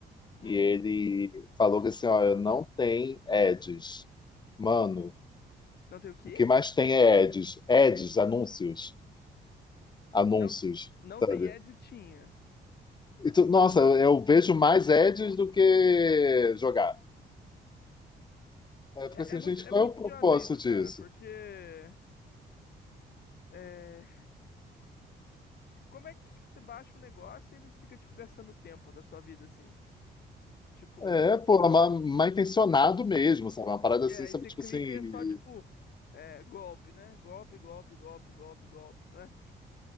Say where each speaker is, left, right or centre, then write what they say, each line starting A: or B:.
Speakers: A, on the left; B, on the left.
A: hum.
B: e ele falou que assim, ó, não tem ads. Mano,
A: Não tem o quê?
B: o que mais tem é ads. Ads, anúncios. Anúncios,
A: Não, não
B: sabe?
A: tem editinha.
B: E tu- nossa, eu vejo mais ads do que jogar. Aí eu
A: É,
B: fico assim,
A: é muito,
B: gente,
A: é
B: qual
A: muito
B: é o propósito
A: idiota isso,
B: disso?
A: cara, porque é, como é que tipo, você baixa um negócio e eles ficam tipo gastando tempo da sua vida assim? Tipo,
B: É, pô, mal, mal intencionado mesmo, sabe? É Uma parada
A: é,
B: assim,
A: aí
B: sabe?
A: você
B: Tipo
A: clica
B: assim,
A: e é só tipo é, golpe, né? Golpe, golpe, golpe, golpe, golpe, né?